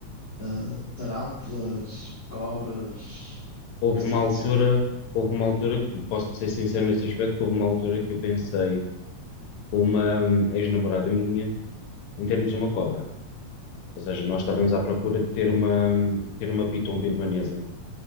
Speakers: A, on the left; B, on the left.
A: ah, tarântulas, cobras,
B: Houve
A: esse
B: uma
A: tipo
B: altura,
A: de cenas.
B: houve uma altura que posso ser sincero nesse aspecto, que houve uma altura que eu pensei com uma hum, ex-namorada minha em termos uma cobra. Ou seja, nós estávamos à procura de ter uma, ter uma piton birmanesa,